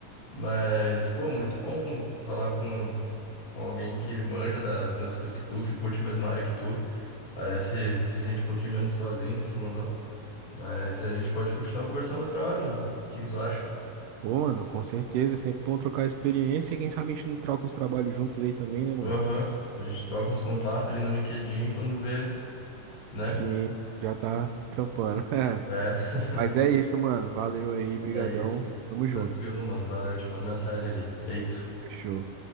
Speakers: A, on the left (about 85°); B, on the right (about 75°).
A: Mas, pô, muito bom falar com, com alguém que manja das mesmas coisas que tu, que curte a mesma área que tu. Parece se sente um pouquinho menos sozinho nesse mundão. Mas a gente pode continuar conversando outra hora, mano. O que que tu acha?
B: Pô, mano, com certeza, é sempre bom trocar experiência e quem sabe a gente não troca uns trabalhos juntos aí também, né, mano?
A: Aham. A gente troca uns contatos ali no LinkedIn e quando vê, né?
B: Sim, já tá trampando. <laughs>
A: É. <laughs>
B: Mas é isso, mano, valeu aí, brigadão,
A: É isso.
B: tamo junto.
A: Tranquilo, mano. Valeu, eu te mando mensagem ali. Feito.
B: Fechou.